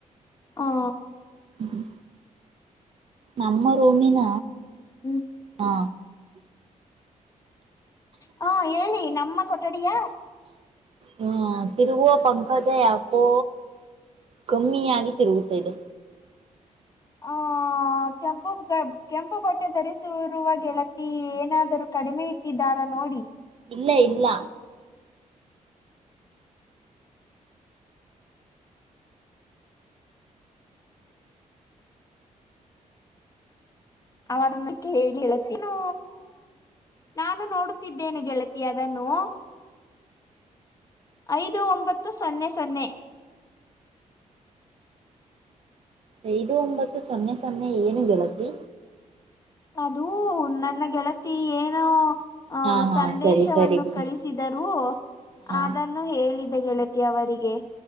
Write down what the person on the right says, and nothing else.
ಹ್ಮ ನಮ್ಮ ರೂಮಿನ.
ಹಾ
ಹ್ಮ ತಿರುಗುವ ಪಂಕಜ ಯಾವ ಹೋ ಕಮ್ಮಿಯಾಗಿ ತಿರುಗು ತಿದೆ
ಇಲ್ಲ ಇಲ್ಲ?
ಐದು ಒಂಬತ್ತು ಸೊನ್ನೆ ಸೊನ್ನೆ ಏನು ಗೆಳತಿ.
ಹಾ ಹಾ
ಸರಿ ಸರಿ ಬಿಡಿ
ಹಾ